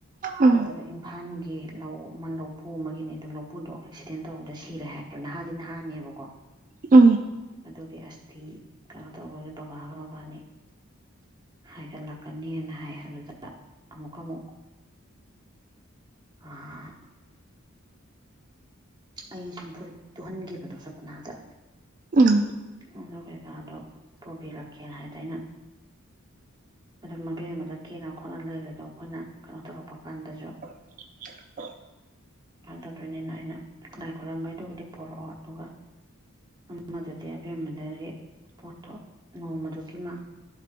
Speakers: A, on the right; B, on the right.
A: ꯎꯝ
B: ꯑꯗꯨꯗ ꯏꯝꯐꯥꯜꯒꯤ ꯂꯧ ꯑꯃ ꯂꯧꯄꯨ ꯑꯃꯒꯤꯅꯦ ꯑꯗꯨ ꯂꯧꯄꯨꯗꯣ ꯑꯦꯛꯁꯤꯗꯦꯟ ꯇꯧꯕꯗ ꯁꯤꯔꯦ ꯍꯥꯏ ꯑꯗꯣ ꯅꯍꯥꯗꯤ ꯅꯍꯥꯅꯦꯕꯀꯣ
A: ꯎꯝ
B: ꯑꯗꯨꯒꯤ ꯑꯁꯇꯤ ꯀꯩꯅꯣ ꯇꯧꯔꯣꯒꯤ ꯕꯕꯥꯒ ꯃꯕꯥꯅꯤ ꯍꯥꯏꯒꯠꯂꯛꯀꯅꯦꯅ ꯍꯥꯏ ꯑꯗꯨꯗ ꯑꯃꯨꯛꯀ ꯃꯨꯛ <unintelligible> ꯑꯩꯖꯧ ꯐꯨꯔꯤꯠ ꯇꯨꯍꯟꯒꯤꯕꯗꯣ ꯁꯞꯄꯅꯥꯗ
A: ꯎꯝ
B: ꯑꯗꯨ ꯀꯩꯀꯥꯗꯣ ꯄꯨꯕꯤꯔꯛꯀꯦꯅ ꯍꯥꯏꯗ ꯑꯩꯅ ꯑꯗꯨ ꯃꯕꯦꯃꯗ ꯀꯦꯅ ꯈꯣꯠꯅ ꯂꯩꯔꯤꯗꯣ ꯑꯈꯣꯏꯅ ꯀꯩꯅꯣ ꯇꯧꯔꯛꯄ ꯀꯥꯟꯗꯁꯨ
A: <inaudible>
B: ꯑꯗꯨ ꯗꯣꯏꯅꯤꯅ ꯑꯩꯅ ꯂꯥꯏ ꯈꯣꯏꯔꯝꯕꯩꯗꯨꯕꯨꯗꯤ ꯄꯣꯔꯛꯑꯣ ꯑꯗꯨꯒ ꯑꯃꯗꯨꯗꯤ ꯑꯕꯦꯝꯃꯗꯒꯤ ꯄꯣꯠꯇꯣ ꯅꯣꯡꯃꯗꯨꯒꯤ ꯃꯥ